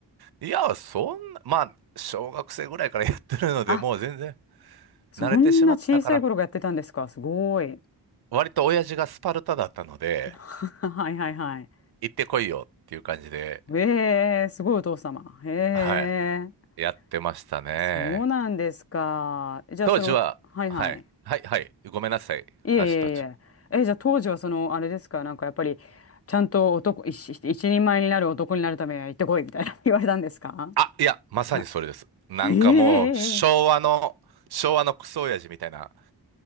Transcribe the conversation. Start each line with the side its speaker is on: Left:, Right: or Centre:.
Right: いや、そんな、まあ、小学生ぐらいからやってるので、
Left: あ、
Right: もう全然
Left: そんな小さい頃がやってたんですか。
Right: 慣れてしまったから、
Left: すごい。
Right: 割と親父がスパルタだったので、
Left: <laughs> はいはいはい。
Right: 行ってこいよっていう感じで、
Left: ええ、すごいお父様。へえ、
Right: はい、やってましたね。
Left: そうなんですか。じゃあそれを、
Right: 当時は、
Left: はいはい。
Right: はい、はい、はい、ごめんなさい、
Left: いえいえ
Right: 話途中。
Left: いえ。え、じゃあ当時はその、あれですか、なんかやっぱり、ちゃんと男、一、一人前になる男になるためには行ってこいみたいな <laughs> 言われたんですか
Right: あ、いや、まさにそれです。
Left: <laughs> な、
Right: なんかもう、
Left: へえ、
Right: 昭和の、昭和のクソ親父みたいな、